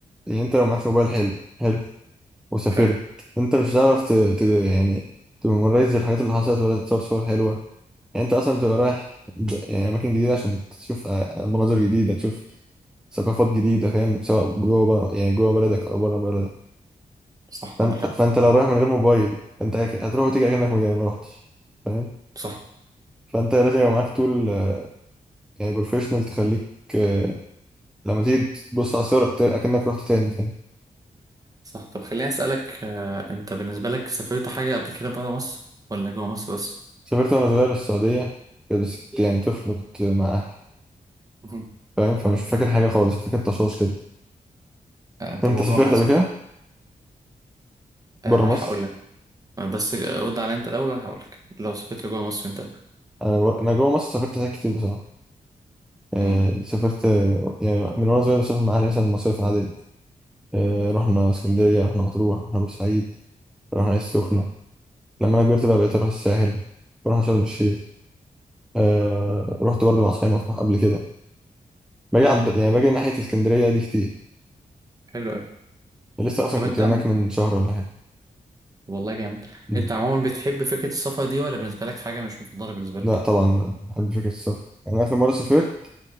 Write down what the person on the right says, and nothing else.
حلو
صح
عندك حق
صح
صح طب خليني أسألك آه، أنت بالنسبة لك سافرت حاجة قبل كده برا مصر ولا جوا مصر بس؟
مهم.
آه، طب
وجوه
مصر
أه
هقول لك أه بس رد على أنت الأول وأنا هقول لك لو سافرت جوا مصر أنت
مم.
حلو أوي
طب
أنت
عم-
والله جامد
أنت عموما بتحب فكرة السفر دي ولا بالنسبة لك حاجة مش مفضلة بالنسبة لك؟